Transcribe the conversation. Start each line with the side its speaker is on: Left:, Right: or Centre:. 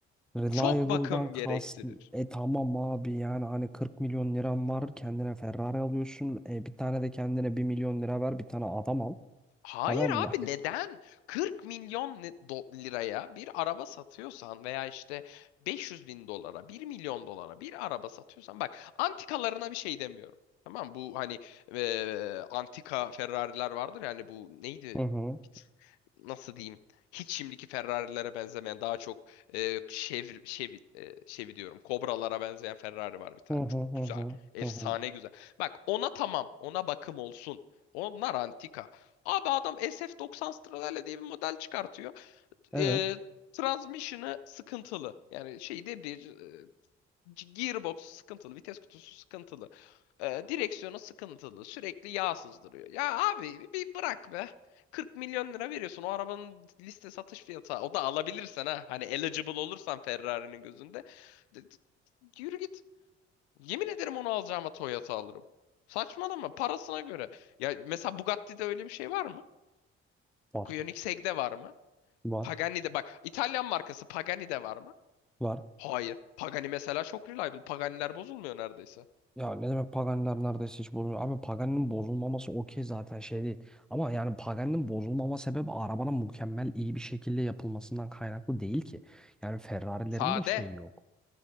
Centre: Reliable'dan
Left: Çok bakım gerektirir.
Centre: kast E tamam abi yani hani 40 milyon liran var kendine Ferrari alıyorsun. E bir tane de kendine bir milyon lira ver bir tane adam al.
Left: Hayır
Centre: Tamam
Left: abi
Centre: mı?
Left: neden? 40 milyon ne- do- liraya bir araba satıyorsan veya işte 500 bin dolara, bir milyon dolara bir araba satıyorsan bak antikalarına bir şey demiyorum. Tamam bu hani eee, antika Ferrari'ler vardır yani bu neydi?
Centre: <laughs> Hı hı.
Left: Hiç- Nasıl diyeyim? Hiç şimdiki Ferrari'lere benzemeyen daha çok eee Chevy, Chevy, eee, Chevy diyorum. Kobralara benzeyen Ferrari var bir tane.
Centre: Hı hı
Left: Çok
Centre: hı
Left: güzel.
Centre: hı.
Left: Efsane
Centre: Hı hı.
Left: güzel. Bak ona tamam. Ona bakım olsun. Onlar antika. Abi adam SF90 Stradalia diye bir model çıkartıyor.
Centre: Evet
Left: Ee, transmission'ı sıkıntılı. Yani şey debriyaj, e, gearbox sıkıntılı, vites kutusu sıkıntılı. Ee, direksiyonu sıkıntılı. Sürekli yağ sızdırıyor. Ya abi bir bırak be. 40 milyon lira veriyorsun o arabanın liste satış fiyatı. O da alabilirsen ha. Hani eligible olursan Ferrari'nin gözünde. D- d- Yürü git. Yemin ederim onu alacağıma Toyota alırım. Saçmalama parasına göre. Ya mesela Bugatti'de öyle bir şey var mı?
Centre: var
Left: Koenigsegg'de var mı?
Centre: var
Left: Pagani'de bak İtalyan markası Pagani'de var mı?
Centre: var.
Left: Hayır. Pagani mesela çok reliable. Pagani'ler bozulmuyor neredeyse.
Centre: Ya ne demek Paganiler neredeyse hiç bozulmuyor. Abi Pagani'nin bozulmaması okey zaten şey değil. Ama yani Pagani'nin bozulmama sebebi arabanın mükemmel iyi bir şekilde yapılmasından kaynaklı değil ki. Yani Ferrari'lerin
Left: Sade.
Centre: de şeyi yok.